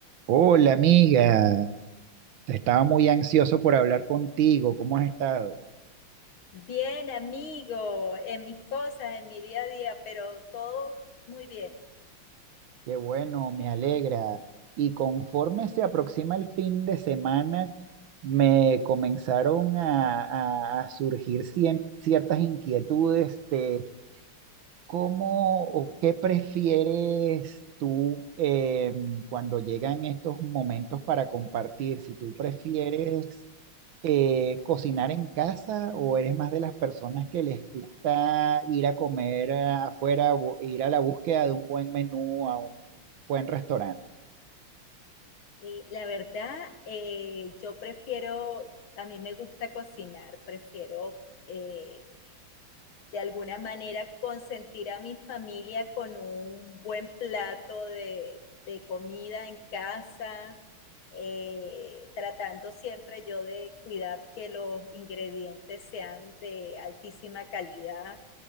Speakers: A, on the right; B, on the left.
A: Hola amiga, estaba muy ansioso por hablar contigo. ¿Cómo has estado?
B: Bien, amigo, en mis cosas, en mi día a día, pero todo muy bien.
A: Qué bueno, me alegra. Y conforme se aproxima el fin de semana, me comenzaron a, a- a surgir cien- ciertas inquietudes de cómo o qué prefieres tú eh, cuando llegan estos momentos para compartir, si tú prefieres eh, cocinar en casa o eres más de las personas que les gusta ir a comer ah, afuera o ir a la búsqueda de un buen menú, a un buen restaurante?
B: Y la verdad, eh, yo prefiero, a mí me gusta cocinar, prefiero eh, de alguna manera consentir a mi familia con un buen plato de, de comida en casa, eh, tratando siempre yo de cuidar que los ingredientes sean de altísima calidad